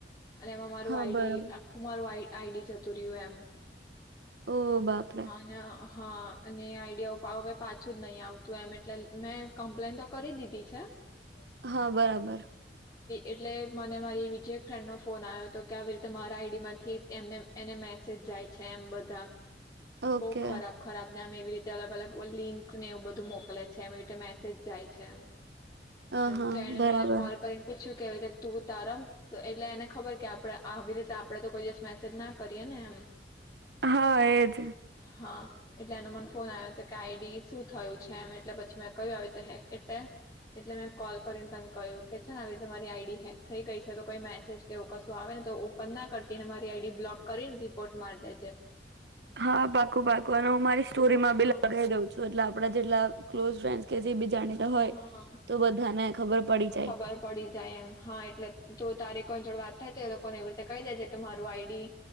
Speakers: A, on the left; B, on the right.
A: અને એમાં મારું
B: હા
A: આઈડી
B: બરાબર
A: આખું મારું આઈ આઈડી જતું રહ્યું એમ.
B: ઓહ બાપ રે.
A: હા ને હા અને એ આઈડિયા હવે પાછું જ નહી આવતું એમ એટલે મેં કમ્પ્લેન તો કરી દીધી છે. છે.
B: હા બરાબર.
A: એટલે મને મારી બીજી એક ફ્રેન્ડ નો ફોન આવ્યો હતો કે આવી રીતે મારા આઈડી માંથી એમને એને મેસેજ જાય છે એમ બધા
B: ઓકે
A: બહુ
B: હ
A: ખરાબ ખરાબનેમ એવી રીતે તે અલગ-અલગ લિંકસ ને એવું બધું મોકલે છે એમ એતે મેસેજ જાય છે એમ
B: હા
A: એમ તો એને
B: બરાબર
A: મને કોલ કરીને પૂછ્યું કે તું તારમ એટલે એને ખબર કે આપડે આવી રીતે આપડે તો કોઈ દિવસ મેસેજ ના કરીએ ને એમ
B: હા એજ
A: હા એટલે એનો મને ફોન આવ્યો હતો કે આઈડી શું થયું છે એમ એટલે પછી મેં કહયું આવી રીતે હેક એટલે એટલે મેં કોલ કરીને તને કહ્યું કે છે ને આવી રીતે મારી આઈડી હેક થઈ ગઈ છે તો કોઈ મેસેજ કેવું કશું આવે ને તો ઓપન ના કરતી ને મારી આઈડી બ્લોક કરીને રિપોર્ટ મારી દે છે.
B: હા પાકુ પાકું હું મારી સ્ટોરી
A: હા
B: માં બી લગી જાઉં છું એટલે આપડા જેટલા ક્લોઝ ફ્રેન્ડ કે છે એ બી જાણીતા. હોય
A: હા
B: તો બધાને ખબર પડી જાય
A: ખબર પડી જાય એમ હા એટલે તો તારીખ કોઈ જોડે વાત થાય તે લોકો પણ એવી રીતે કહી દે જે કે મારું આઈડી